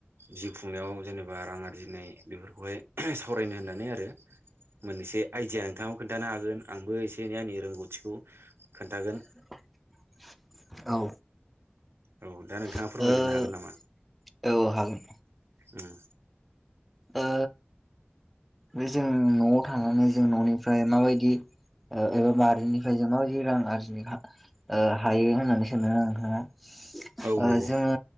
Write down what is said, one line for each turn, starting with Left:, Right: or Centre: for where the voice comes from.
Right: जिउ खुंनायाव जेनेबा रां आरजिनाय बेफोरखौहाय सावरायनो होननानै आरो मोनसे आइडिया नोंथाङाव खोन्थानो हागोन आंबो एसे एनै आंनि रोंगौथिखौ खोन्थागोन
Centre: <inaudible> औ
Right: औ दा नोंथाङा
Centre: ओ
Right: फोरमायग्रो हागोन नामा?
Centre: औ हागोन
Right: ओ
Centre: ओ बे जों न'आव थानानै जों न'निफ्राय माबायदि ओ एबा मारिनिफ्राय जों माबदि रां आरजिनो ओ हायो होननानै सानदों नोंथाङा ओ
Right: औ नंगौ
Centre: जोङो